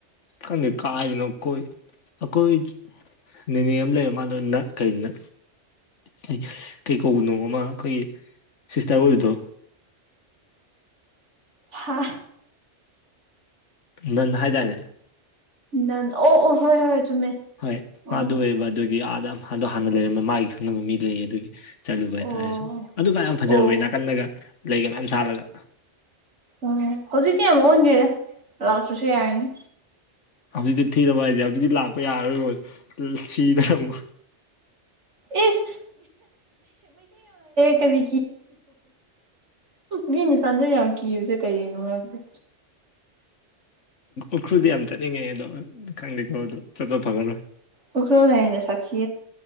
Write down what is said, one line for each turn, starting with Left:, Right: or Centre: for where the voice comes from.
Left: ꯈꯪꯗ‌ꯦ ꯀꯥꯏꯗꯅꫭ ꯀꯣꯏ ꯑꯀꯣꯏ ꯅꯦꯅꯦ ꯑꯃ ꯂꯩꯔꯝ ꯃꯥꯗꯣ ꯅ ꯀꯔꯤ ꯅ ꯀꯩ ꯀꯩ ꯀꯧꯕꯅꯣ ꯑꯃꯥ ꯑꯩꯈꯣꯏꯒꯤ ꯁꯤꯁꯇꯔ ꯑꯣꯏꯕꯗꯣ
Right: ꯍꯥ
Left: ꯅ‌ꯦꯟ ꯍꯥꯏꯗꯥꯏꯅꯦ
Right: ꯅ‌ꯦꯟ ꯑꯣ ꯑꯣ ꯍꯣꯏ ꯍꯣꯏ ꯆꯨꯝꯃꯦ
Left: ꯍꯣꯏ ꯃꯥꯗꫭ
Right: ꯑꯣ
Left: ꯑꯣꯏꯕ ꯑꯗꯨꯒꯤ ꯑꯥꯗ ꯑꯗꯣ ꯍꯥꯟꯅ ꯂꯩꯔꯝꯕ ꯃꯥꯒꯤ ꯈꯪꯅꯕ ꯃꯤ ꯂꯩꯌꯦ ꯑꯗꯨꯒꯤ ꯆꯠꯂꯨꯕ ꯍꯥꯏꯇꯥꯔꯦ
Right: ꯑꯣ
Left: ꯁꯨꯝ ꯑꯗꯨ ꯀꯥꯟ ꯌꯥꯝ ꯐꯖꯍꯧꯋꯤ
Right: ꯑꯣ
Left: ꯅꯥꯀꯟꯗꯒ ꯂꯩꯒ ꯃꯌꯥꯝ ꯁꯥꯠꯂꯒ
Right: ꯎꯝ ꯍꯧꯖꯤꯛꯇꯤ ꯌꯥꯝ ꯑꫭꯟꯒꯔ‌ꯦꯗꯥ ꯂꯥꯛꯇꯔꯥꯁꯨ ꯌꯥꯔꯅꯤ
Left: ꯍꯧꯖꯤꯛꯇꯤ ꯊꯤꯅꯕ ꯍꯥꯏꯁꯦ ꯍꯧꯖꯤꯛꯇꯤ ꯂꯥꯛꯄ ꯌꯥꯔꯔꯣꯏꯔꯣꯏ ꯁꯤꯗꯅ ꯑꯃꯨꯛ
Right: ꯑꯦꯅ ꯀꯔꯤ ꯃꯤꯅ ꯆꯥꯟꯗ ꯌꯥꯝ ꯀꯤꯔꯨꯁꯦ ꯀꯩꯅꯣ ꯃꯔꯪꯗꯦ
Left: ꯎꯈ꯭ꯔꯨꯜꯗꯤ ꯌꯥꯝ ꯆꯠꯅꯤꯡꯉꯦ ꯑꯗꯣ ꯈꯪꯗꯦꯀꯣ ꯑꯗꯨ ꯆꯠꯄ ꯐꯒꯔꯣꯏ
Right: ꯑꯣꯈꯔꯣ ꯂꯩꯥꯏꯅꯦ ꯁꯥꯁꯤ